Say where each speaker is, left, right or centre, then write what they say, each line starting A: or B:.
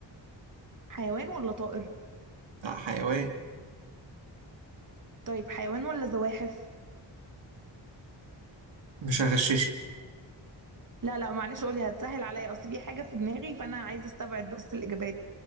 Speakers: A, on the right (about 45°); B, on the right (about 75°).
A: حيوان ولا طائر
B: لا حيوان
A: طيب حيوان ولا زواحف
B: مش هغششك
A: لا لا معلش قولي هتسهل عليا اصل في حاجة في دماغي فانا عايزة استبعد بس الإجابات